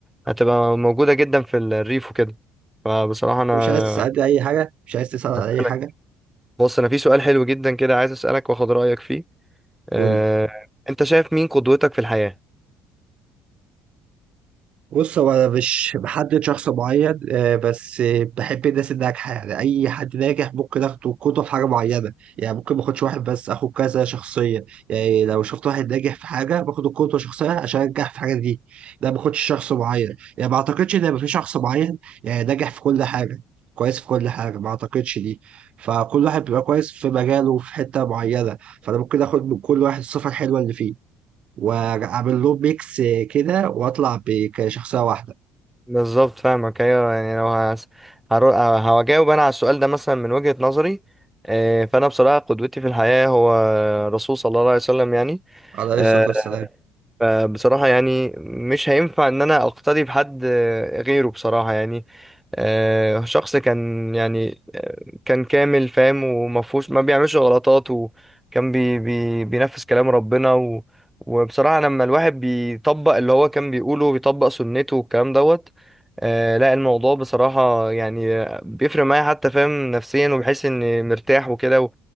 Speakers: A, in the centre; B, on the right (about 55°).
A: هتبقى موجودة جدا في الريف وكده فبصراحة أنا
B: انت مش عايز تسالني اي حاجه مش عايز تسال عن
A: هسألك
B: اي حاجه
A: بص أنا في سؤال حلو جدا كده عايز أسألك وآخد رأيك فيه آه،
B: قول لي
A: أنت شايف مين قدوتك في الحياة؟
B: بص هو انا مش بحدد شخص معين آه، بس آه، بحب الناس الناجحه يعني اي حد ناجح ممكن اخده قدوه في حاجه معينه يعني ممكن ما اخدش واحد بس اخد كذا شخصيه يعني لو شفت واحد ناجح في حاجه باخد القدوه شخصيه عشان انجح في حاجه دي ده ما باخدش شخص معين يعني ما اعتقدش ان يبقى في شخص معين يعني ناجح في كل حاجه كويس في كل حاجه ما اعتقدش دي فكل واحد بيبقى كويس في مجاله في حته معينه فانا ممكن اخد من كل واحد الصفه الحلوه اللي فيه واعمل له ميكس كده واطلع ب- كشخصيه واحده
A: بالظبط فاهمك ايوه يعني لو هس... هرو... ه- هجاوب انا على السؤال ده مثلا من وجهة نظري آه، فانا بصراحه قدوتي في الحياه هو الرسول صلى الله عليه وسلم يعني
B: عليه
A: آه،
B: الصلاه والسلام
A: فبصراحه يعني مش هينفع ان انا اقتدي بحد آه، غيره بصراحه يعني آه، شخص كان يعني آه، كان كامل فاهم ومفهوش ما بيعملش غلطات وكان بي بي بينفذ كلام ربنا و وبصراحة لما الواحد بيطبق اللي هو كان بيقوله وبيطبق سنته والكلام دوت آه لا الموضوع بصراحة يعني آه، بيفرق معايا حتى فاهم نفسيا وبحس اني مرتاح وكده و...